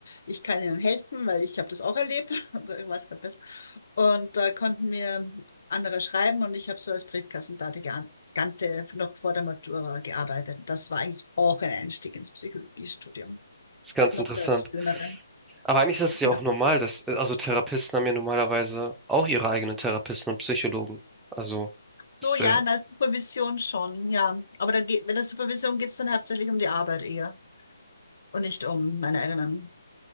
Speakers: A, on the left; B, in the centre.
A: ich kann Ihnen helfen, weil ich habe das auch erlebt. <laughs> Und ich weiß gerade besser. Und da konnten mir andere schreiben und ich habe so als Briefkassendate geantwortet. noch vor der Matura gearbeitet. Und Das war eigentlich auch ein Einstieg ins Psychologiestudium
B: Ist ganz
A: noch
B: interessant.
A: der schönere.
B: Aber eigentlich ist es ja auch
A: Ja.
B: normal, dass, also Therapisten haben ja normalerweise auch ihre eigenen Therapisten und Psychologen. Also,
A: So,
B: es
A: ja,
B: wär-
A: in der Supervision schon, ja. Aber dann geht, mit der Supervision geht es dann hauptsächlich um die Arbeit eher und nicht um meine eigenen,